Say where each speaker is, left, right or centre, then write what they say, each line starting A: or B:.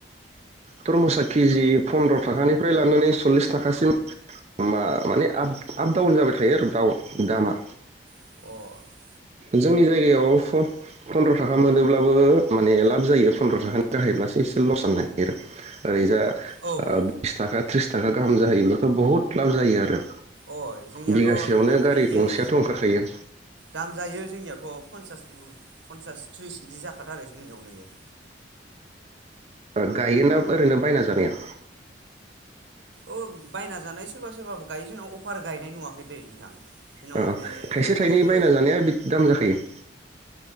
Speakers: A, on the right (about 35°); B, on the right (about 75°).
A: थरमुसा केजि फन्द्र' थाखानिफ्राय लानानै सल्लिस थाखासिम मा माने आ आपडाउन जाबाय थायो आरो दाउ दामा
B: अ ओमफ्राय
A: जोंनि जायगायाव फ फन्द्र' थाखा मोनोब्लाबो माने लाब जायो फन्द्र' थाखानि गाहायब्लासो एसे लस जनो नागिरो <inaudible> ओरैजा
B: औ औ
A: बिस थाखा त्रिस थाखा गाहाम जाहैयोब्लाथ' बहुत लाब जायो आरो
B: अ जोंनियाथ'
A: बिगासेयावनो गारि
B: नैइआय
A: गंसेयाथ' ओंखारखायो
B: दाम जायो जोंनियावथ' पन्सास फन्सास त्रिस इदि जाखाथार जोंनियाव नै इआइ
A: ओ गायोना ओरैनो बायना जानाया
B: अ बायना जानाय सोरबा सोरबाबो गायो जोंनाव अफार गायनाय नुवाखै दै नोंथां जोंनाव
A: अ
B: माने
A: थाइसे
B: तरबुजखौ
A: थाइनै बायना जानाया बिद दाम जाखायो